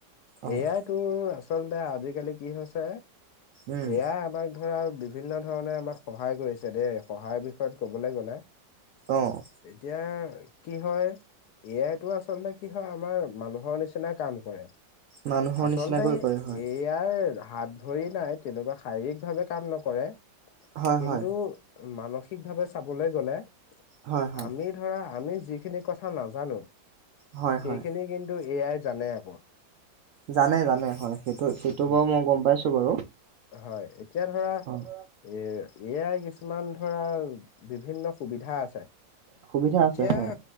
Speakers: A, on the right (about 70°); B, on the left (about 70°).
A: অ',
B: এ আইতো আচলতে আজিকালি কি হৈছে এ
A: উম,
B: আই আমাক ধৰা বিভিন্ন ধৰণে আমাক সহায় কৰিছে দেই। সহায়ৰ বিষয়ত ক'বলৈ গ'লে
A: অ',
B: এতিয়া কি হয়, এ আইটো আচলতে কি হয় আমাৰ মানুহৰ নিচিনা কাম কৰে।
A: মানুহৰ
B: আচলতে
A: নিচিনাকৈ কৰে হয়।
B: এ আই হাত-ভৰি নাই, তেনেকুৱা শাৰীৰিক ভাৱে কাম নকৰে।
A: হয়,
B: কিন্তু
A: হয়,
B: মানসিক ভাৱে চাবলৈ গ'লে
A: হয়, হয়,
B: আমি ধৰা আমি যিখিনি কথা নাজানো
A: হয়,
B: সেইখিনি
A: হয়।
B: কিন্তু এ আই জানে আকৌ।
A: জানে, জানে, হয়। সেইটো সেইটো
B: উম
A: বাৰু মই গম পাইছো বাৰু।
B: হয়। এতিয়া ধৰা এ
A: অ',
B: এ আই কিছুমান ধৰা বিভিন্ন সুবিধা আছে।
A: সুবিধা
B: এতিয়া
A: আছে হয়,